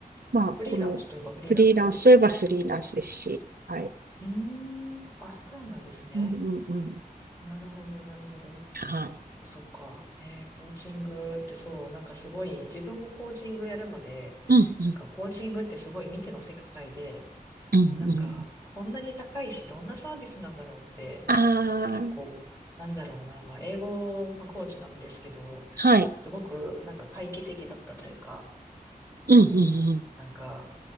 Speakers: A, on the right; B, on the left.
A: まあ、
B: フリーランスといえばフリーランスう
A: このフリーランスといえばフリーランスですし、はい。
B: ーん。あ、そうなんですね。
A: うんうんうん。
B: なるほど、なるほど。
A: はい。
B: そっか、そっか。ね、コーチングってそう、なんかすごい、自分もコーチングやるまで、
A: うんうん。
B: なんかコーチングってすごい未知の世界で、
A: うんうん。
B: なんか、こんなに高いし、どんなサービスなんだろうって、
A: ああ、
B: 結構、なんだろうな、まあ、英語、まあ、コーチなんですけど、
A: はい。
B: すごく、なんか、回帰的だったというか、
A: うんうんうん。
B: うん、なんか、